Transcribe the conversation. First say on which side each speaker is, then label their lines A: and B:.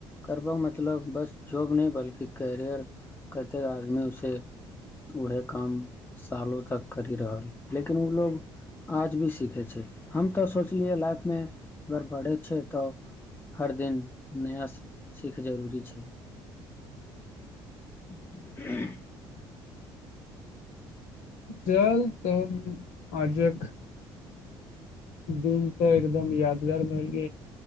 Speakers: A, on the left; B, on the left.
A: करबबाक मतलब बस जॉब नहि बल्कि कैियर कतेक आदमी उे उएह काम सालो तक करि रहल लेकिन ओ लोग आज भी सीखै छै हम तऽ सोचलियै लाइफमे अगर बढ़ै छै तऽ हर दिन नया सीख जरूरी छै <unintelligible>
B: चल तऽ अजक दिन तऽ एकदम यादगार भेल